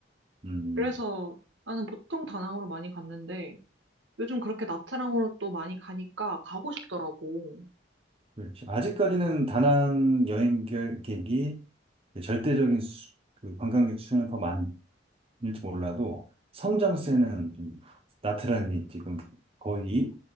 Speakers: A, on the right; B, on the right.
A: 음,
B: 그래서 나는 보통 다낭으로 많이 갔는데 요즘 그렇게 나트랑으로 또 많이 가니까 가고 싶더라고.
A: 그렇지. 아직까지는 다낭 여행객이 절대적인 수, 그 관광객 수는 더 많을지 몰라도 성장세는
B: 음,
A: 좀 나트랑이 지금 거의